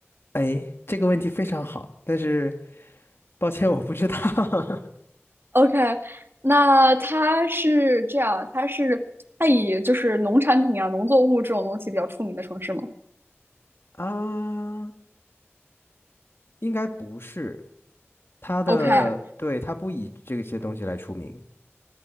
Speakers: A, on the left; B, on the right.
A: 哎，这个问题非常好，但是抱歉，我不知道。
B: ？OK，那它是这样，它是它以就是农产品啊、农作物这种东西比较出名的城市吗
A: <laughs> 啊，应该不是，它的，
B: ？OK，
A: 对，它不以这些东西来出名。